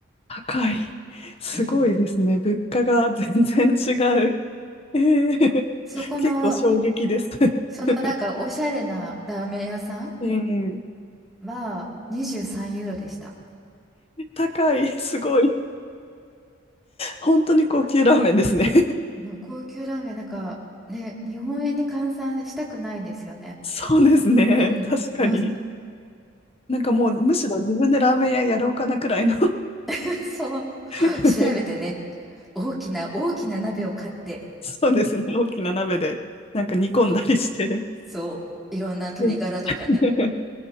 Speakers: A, on the left; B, in the centre.
A: 高い。すごいですね。
B: うん。
A: 物価が全然違う。ええ
B: そこの、
A: 結構衝撃です。
B: そのなんかおしゃれなラーメン屋さん
A: <laughs> ええ
B: は23ユーロでした。
A: 高い。すごい。本当に高級ラーメンですね
B: うん、高級ラーメン、なんかね、日本円に換算したくないんですよね。
A: そうですね。
B: うん。
A: 確かに。
B: もう
A: なんかもうむしろ自分でラーメン屋やろうかなくらいの
B: <laughs> そう、
A: <laughs>
B: 調べてね、大きな大きな鍋を買って、
A: そうですね。大きな鍋でなんか煮込んだりして。
B: そう、そう、いろんな鶏ガラとかね。
A: うん <laughs>